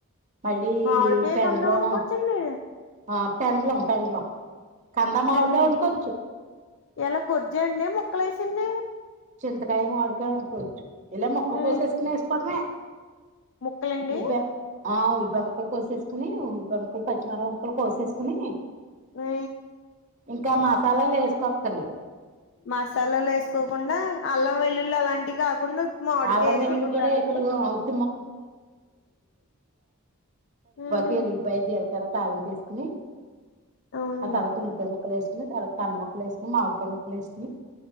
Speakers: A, on the right; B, on the left.
A: మళ్ళీ
B: మామిడికాయ
A: పెండ్లం
B: కందం వండుకోవచ్చండి
A: ఆ పెండ్లం పెండ్లం కంద మావిడికాయ్
B: ఆహా
A: వండుకోచ్చు
B: ఎలా గోజ్జండి ముక్కలు ఏసాండీ
A: చింతకాయ మామిడికాయ వండుకోవచ్చు ఇలా మొక్క
B: ఆ
A: కోసేసుకునే వేసుకోటమే
B: ముక్కలండి
A: ఉల్పే ఆ ఉల్లిపాయ ముక్కలు కోసేసుకుని ఉల్లిపాయ ముక్కలు పచ్చిమిరపకాయలు కోసేసుకుని
B: ఆ
A: ఇంకా మసాలాలు వేసుకో అక్కర్లేదు
B: మసాలాలు వేసుకోకుండా అల్లం వెల్లుల్లి అలాంటివి కాకుండా ఉత్తి మామిడికాయ
A: అల్లం వెల్లుల్లి
B: చిగురులాగండి
A: కూడా వేయకూడదు అవ్వ్
B: ఆహా
A: <unintelligible> తర్వాత తాలింపు వేసుకొని
B: అవునండి
A: ఆ తర్వాత ఉల్లిపాయ ముక్కలు వేసుకుని తర్వాత కన్న ముక్కలు వేసుకుని మామిడికాయ ముక్కలు వేసుకుని